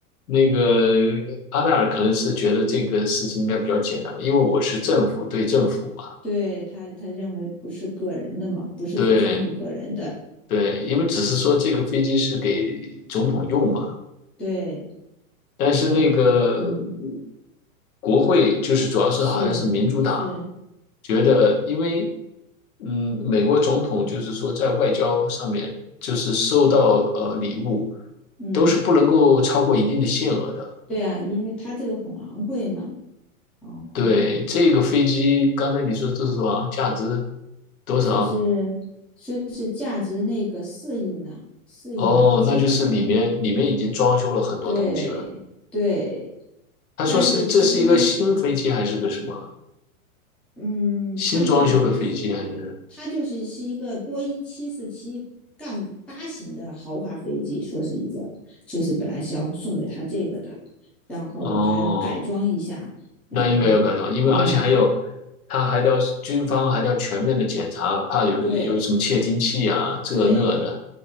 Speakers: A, on the left; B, in the centre.
A: 那个阿达尔可能是觉得这个事情应该比较简单吧，因为我是政府对政府嘛。
B: 对他，他认为不是个人的嘛，不是给川普个人的。
A: 对对，因为只是说这个飞机是给总统用嘛，
B: 对，
A: 但是那个嗯
B: 但嗯，
A: 国会就是主要是好像是民主党
B: 是是，
A: 觉得，因为嗯，美国总统就是说在外交上面就是收到呃礼物
B: 嗯，
A: 都是不能够超过一定的限额的。
B: 对啊，因为他这个很昂贵嘛，然后
A: 对，这个飞机刚才你说这是多少？价值多少？
B: 就是说是价值那个四亿呢，四亿美金。
A: 哦，那就是里面里面已经装修了很多东西了。
B: 对对，
A: 他说是这是一个新飞机还是个什么
B: 但是其实呢，嗯，
A: 新装修的飞机还是？
B: 他没有说是，他就是是一个波音七四七杠八型的豪华飞机，说是一个，说是本来是要送给他这个的，然后还要改装一下，
A: 哦，那应该要赶上，
B: 然后，
A: 因为而且还有，
B: 嗯，
A: 他还要军方还要全面的检查，怕有有什么窃听器啊，
B: 对
A: 这那的。
B: 对